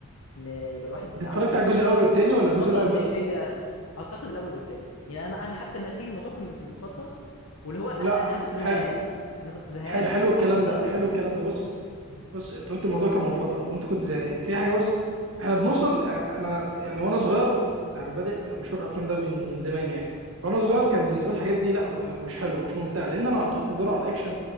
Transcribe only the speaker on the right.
انت اتفرجت
على الجزء الاول والتاني ولا الجزء
الاول
بس
لا
حلو
حلو
حلو الكلام
ده حلو
الكلام ده بص
بص انت قلت الموضوع كان من فتره وانت كنت زهقان في حاجه بس احنا بنوصل اه، انا يعني وانا صغير
انا بادئ مشوار الافلام ده من من زمان يعني
وانا صغير كان بالنسبه لي الحاجات دي لا اه، مش حلو مش ممتع لان انا على طول كنت بدور على الاكشن